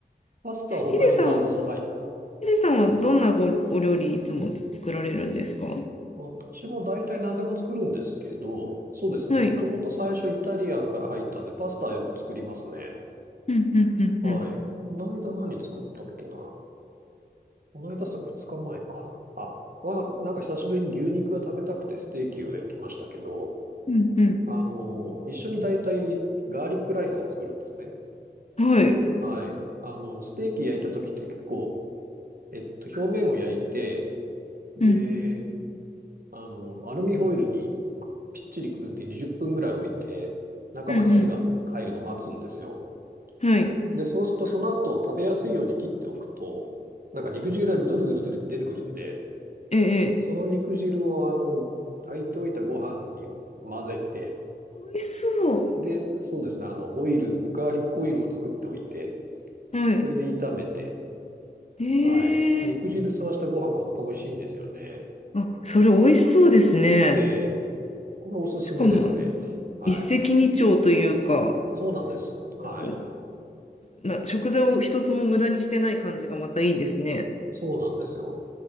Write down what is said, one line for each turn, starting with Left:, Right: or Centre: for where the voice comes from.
Right: パスタは他に、
Left: ヒデさん、
Right: あ、どうぞ。はい。
Left: ヒデさんはどんなごお料理いつも作られるんですか
Right: 私も大体何でも作るんですけど、そうですね。
Left: はい。
Right: もともと最初イタリアンから入ったんで、パスタはよく作りますね。
Left: うんうんうんうん
Right: はい。この間何作ったっけな。この間って2日前か。あ、は、なんか久しぶりに牛肉が食べたくてステーキを焼きましたけど、
Left: うん
Right: あの、一緒に大体ガーリックライスも作るんですね。
Left: うんはい。
Right: はい。あの、ステーキ焼いた時って結構、えっと、表面を焼いて、で、
Left: うん
Right: あの、アルミホイルにぴっちりくるんで20分ぐらい置いて、中まで火が入るのを待つんですよ。
Left: うんうんはい。
Right: で、そうするとその後食べやすいように切っておくと、なんか肉汁がドルドルドル出てくるんで、
Left: ええ。ええ
Right: その肉汁をあの、炊いておいたご飯に混ぜて、
Left: 美味しそ
Right: で、そうですね、あの、オイル、ガーリックオイルを作っておいて、
Left: う。はい。
Right: それで炒めて、
Left: ええ。
Right: はい。肉汁吸わしたご飯がまた美味しいんですよね。
Left: あ、それ美味しそうですね。
Right: ええ。これおすすめですね。
Left: しかも、
Right: はい。
Left: 一石二鳥というか、
Right: そうなんです。はい。
Left: こうな、食材を一つも無駄にしてない感じがまたいいですね。
Right: そうなんですよ。